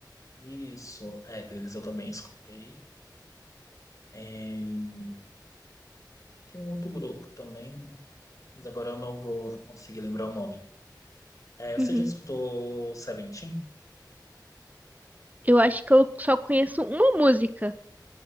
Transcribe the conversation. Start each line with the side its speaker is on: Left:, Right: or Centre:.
Left: isso, é, deles eu também escutei. É, tem um outro grupo também, mas agora eu não vou conseguir lembrar o nome. É,
Right: Uhum.
Left: você já escutou Seventeen?
Right: Eu acho que eu só conheço uma música